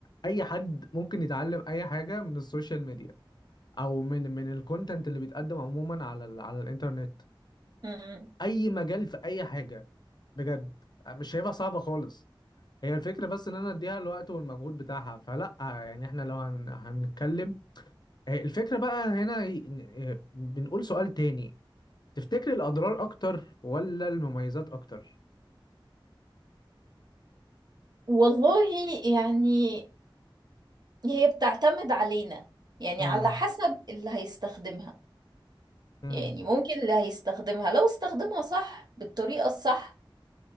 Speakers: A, on the left; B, on the right.
A: أي حد ممكن يتعلم أي حاجة من السوشيال ميديا أو من من الكونتنت اللي بيتقدم عموما على ال على الإنترنت
B: مم.
A: أي مجال في أي حاجة بجد مش شايفها صعبة خالص هي الفكرة بس إن أنا أديها الوقت والمجهود بتاعها فلأ يعني إحنا لو هن هنتكلم الفكرة بقى هنا ي- بنقول سؤال تاني تفتكر الأضرار أكتر ولا المميزات أكتر؟
B: والله يعني هي بتعتمد علينا يعني
A: امم
B: على حسب اللي هيستخدمها
A: امم
B: يعني ممكن اللي هيستخدمها لو استخدمها صح بالطريقة الصح